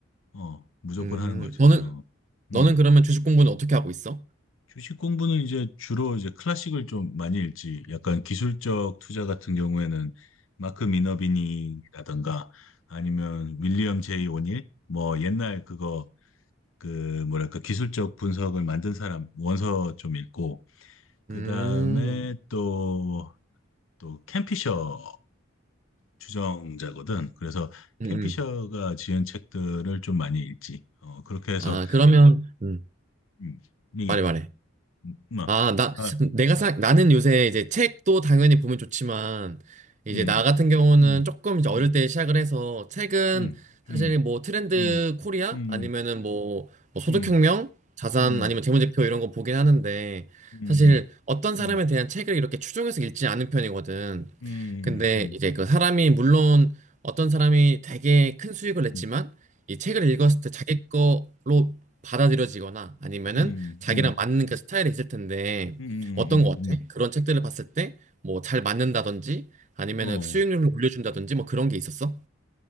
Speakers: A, on the left; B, on the right.
A: 어, 무조건
B: 음,
A: 하는 거지.
B: 너는,
A: 어, 음.
B: 너는 그러면 주식 공부는 어떻게 하고 있어?
A: 주식 공부는 이제 주로 이제 클래식을 좀 많이 읽지. 약간 기술적 투자 같은 경우에는 마크 미너비니라든가 아니면 윌리엄 제이 오닐 뭐 옛날 그거 그 뭐랄까 기술적 분석을 만든 사람 원서 좀 읽고 그다음에
B: 음,
A: 또 또 캠피셔 주정자거든. 그래서
B: 음,
A: 캠피셔가
B: 음.
A: 지은 책들을 좀 많이 읽지. 어, 그렇게 해서
B: 아, 그러면, 음,
A: 음, 이게
B: 말해, 말해.
A: 음, 뭐,
B: 아, 나,
A: 아,
B: 내가 사,
A: 음.
B: 나는 요새 이제 책도 당연히 보면 좋지만, 이제
A: 음,
B: 나 같은 경우는
A: 음,
B: 조금 이제 어릴
A: 음,
B: 때 시작을 해서, 책은
A: 음, 음,
B: 사실 뭐 트렌드
A: 음,
B: 코리아?
A: 음,
B: 아니면은 뭐, 뭐 소득혁명?
A: 음,
B: 자산
A: 음,
B: 아니면 재무제표 이런 거 보긴 하는데,
A: 음,
B: 사실
A: 음,
B: 어떤 사람에
A: 음,
B: 대한 책을 이렇게 추종해서 읽지 않은 편이거든.
A: 음,
B: 근데
A: 음, 음,
B: 이제 그 사람이 물론 어떤 사람이 되게 큰 수익을
A: 음,
B: 냈지만 이 책을 읽었을 때 자기 거로 받아들여지거나 아니면은
A: 음,
B: 자기랑 맞는 그 스타일이 있을 텐데
A: 음, 음.
B: 어떤 거 어때?
A: 음.
B: 그런 책들을 봤을 때 뭐 잘 맞는다든지 아니면은
A: 어,
B: 수익률을 올려준다든지 뭐 그런 게 있었어?